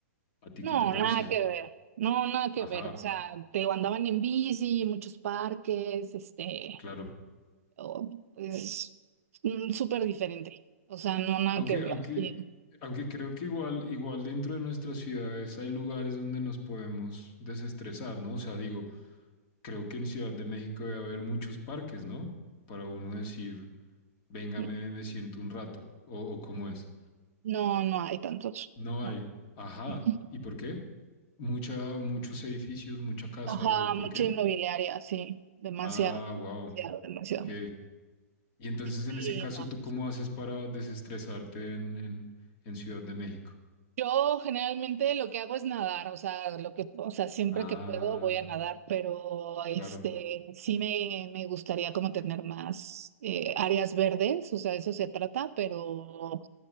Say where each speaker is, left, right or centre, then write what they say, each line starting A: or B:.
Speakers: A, on the left; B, on the right.
A: ¿A ti
B: no,
A: qué te pareció?
B: nada que ver, no, nada que
A: Ajá,
B: ver. O sea, te digo, andaban en bici, muchos parques, este.
A: claro.
B: Oh, pues mm, súper diferente. O sea, no nada
A: Aunque,
B: que ver.
A: aunque,
B: Y
A: aunque creo que igual, igual dentro de nuestras ciudades hay lugares donde nos podemos desestresar, ¿no? O sea, digo, creo que en Ciudad de México debe haber muchos parques, ¿no? Para uno decir, venga,
B: No,
A: me, me siento un rato, o, o cómo es.
B: no, no hay tantos.
A: No
B: No.
A: hay. Ajá.
B: <laughs>
A: ¿Y por qué? Mucha, muchos edificios, mucha casa,
B: Ajá,
A: ¿o por
B: mucha
A: qué?
B: inmobiliaria, sí. Demasiado,
A: Ah, wow.
B: demasiado, demasiado.
A: Ok. Y entonces,
B: Sí,
A: en ese caso,
B: no. no.
A: ¿tú cómo haces para desestresarte en, en, en Ciudad de México?
B: Yo generalmente lo que hago es nadar, o sea, lo que, o sea, siempre
A: Ah,
B: que puedo voy a nadar, pero este
A: claro,
B: sí me, me gustaría como tener más eh, áreas verdes, o sea, eso se trata, pero